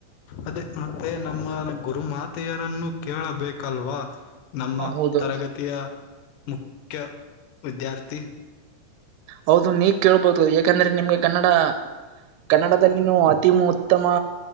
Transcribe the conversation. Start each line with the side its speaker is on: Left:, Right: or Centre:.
Left: ಅದೇ ಮತ್ತೆ ನಮ್ಮ ಗುರುಮಾತೆಯರನ್ನು ಕೇಳಬೇಕು ಕಲ್ವ ನಮ್ಮ
Right: ಹೌದು
Left: ತರಗತಿಯ ಮುಖ್ಯ ವಿದ್ಯಾರ್ಥಿ
Right: ಹೌದು ನೀಗ ಕೇಳ್ಬಹುದು ಯಾಕಂದ್ರೆ ನಿಮ್ಗೆ ಕನ್ನಡ ಕನ್ನಡದಲ್ಲಿನ ಅತಿ ಮುವತು ಉತ್ತಮ